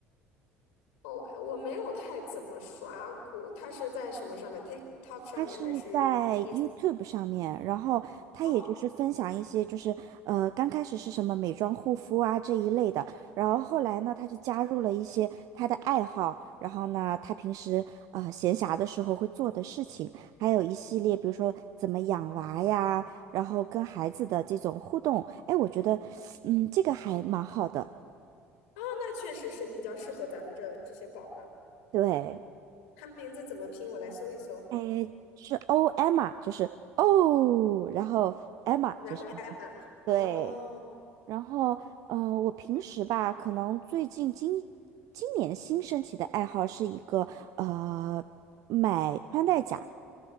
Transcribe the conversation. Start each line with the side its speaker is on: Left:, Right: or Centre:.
Left: 哦，我没有太怎么刷过，它是在什么上面？TikTok 上面还是
Right: 他是在
Left: Ins？
Right: YouTube 上面，然后他也就是分享一些，
Left: 哦，
Right: 就是呃，刚开始是什么美妆护肤啊这一类的，然后后来呢，他就加入了一些他的爱好，然后呢，他平时呃闲暇的时候会做的事情，还有一系列，比如说怎么养娃呀，然后跟孩子的这种互动，哎，我觉得，嗯，这个还蛮好的，
Left: 哦，那确实是比较适合咱们这这些宝妈。
Right: 对，
Left: 它名字怎么拼？我来搜一搜。
Right: 哎，是 O Emma，就是哦，然后 Emma
Left: 然后艾玛，
Right: 就是对。
Left: 哦
Right: 然后，呃，我平时吧，可能最近今今年新升起的爱好是一个呃，买穿戴甲，